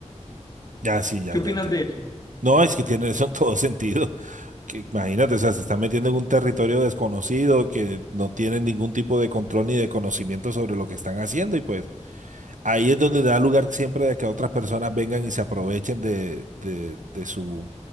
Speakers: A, on the right; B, on the left.
A: ya sí, ya,
B: ¿Qué
A: ya
B: opinas
A: entiendo.
B: de eso?
A: No, es que tiene eso en todo sentido. Que, imagínate, o sea, se están metiendo en un territorio desconocido que no tienen ningún tipo de control ni de conocimiento sobre lo que están haciendo y pues ahí es donde da lugar siempre de que otras personas vengan y se aprovechen de, de, de su,